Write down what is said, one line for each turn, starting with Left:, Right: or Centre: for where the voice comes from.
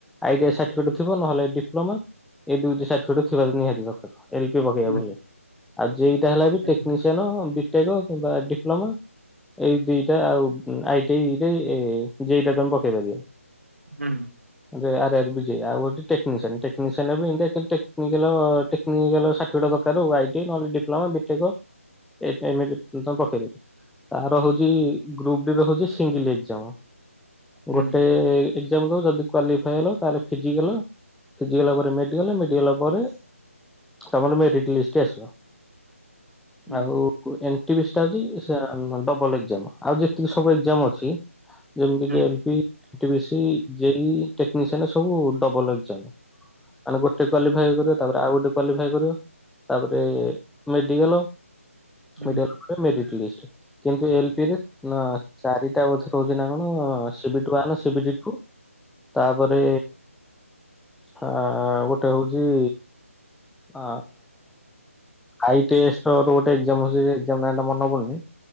Centre: ଆଇ ଟି ଆଇ ସାର୍ଟିଫିକେଟ ଥିବ ନହେଲେ ଡିପ୍ଲୋମା ଏ ଦୁଇଟି ସାର୍ଟିଫିକେଟ ଥିବା ତ ନିହାତି ଦରକାର। ଏଲ ପି ପକେଇବା
Right: ହୁଁ
Centre: ବୋଲି ଆଉ ଯେ ଇ ଟା ହେଲା ବି
Right: ଆଜ୍ଞା
Centre: ଟେକ୍ନିସିଆନ, ବିଟେକ୍ କିମ୍ବା ଡିପ୍ଲୋମା ଏଇ ଦିଟା ଆଉ ଆଇ ଟି ଆଇ ରେ ଯେ ଇ ଟା ତମେ ପକେଇ ପାରିବ।
Right: ହୁଁ।
Centre: ଯେ ଆର ଆର ବି ଯେ ଇ ଆଉ ଗୋଟେ ଟେକ୍ନିସିଆନ ଟେକ୍ନିସିଆନରେ ବି ଏମିତିକା କେତେ ଟେନିକାଲ ଟେକ ଟେକ୍ନିକାଲ ସାର୍ଟିଫିକେଟ ଦରକାର ଆଇ ଟି ଆଇ ନହଲେ ଡିପ୍ଲମା ବିଟେକ୍ ଏ- ଏମିତି ତମେ ପକେଇ ପାରିବ। ତାର ହଉଛି ଗ୍ରୁପ ଡି ର ହଉଛି ସିଙ୍ଗିଲ ଏକ୍ଜାମ
Right: ହୁଁ
Centre: ଗୋଟେ ଏକ୍ଜାମ ଦେବ ଯଦି କ୍ୱାଲିଫାଏ ହେଲ ତାହେଲେ ଫିଜିକାଲ ଫିଜିକାଲ ପରେ ମେଡ଼ିକାଲ, ମେଡ଼ିକାଲ ପରେ ତା ପରେ ମେରିଟ୍ ଲିଷ୍ଟ ଆସିବ
Right: ହୁଁ
Centre: ଆଉ ଏନ୍ ଟି ପି ସି ଟା ହଉଛି ଟା-ଉମ ଡବଲ ଏକ୍ଜାମ ଆଉ ଯେତିକି ସବୁ ଏକ୍ଜାମ ଅଛି ଯେମିତିି
Right: ହୁଁ
Centre: କି L P N T P C, ଯେ ଇ, ଟେକ୍ନିସିଆନ୍ ସବୁ ଡବଲ ଏକ୍ଜାମ। ମାନେ ଗୋଟେ କ୍ୱାଲିଫାଇ କରିବ, ତାପରେ ଆଉ ଗୋଟେ କ୍ୱାଲିଫାଇ କରିବ। ତାପରେ ମେଡିକାଲ,
Right: ହୁଁ
Centre: ମେଡିକାଲ ପରେ ମେରିଟ୍ ଲିଷ୍ଟ। କିନ୍ତୁ ଏ ଏଲ୍ ପି ରେ? ନା ଚାରିଟା ବୋଧେ ରହୁଛି ନା କଣ ସିବିଟି ୱାନ, ସିବିଟି ଟୁ। ତାପରେ ଆ ଗୋଟେ ହଉଛି ଆ ଆଇ ଟେଷ୍ଟର ଗୋଟେ ଏଗ୍ଜାମ ହେଉଛି ସେ ଏଗ୍ଜାମ ନାମ ଟା ମନ ପଡ଼ୁନି।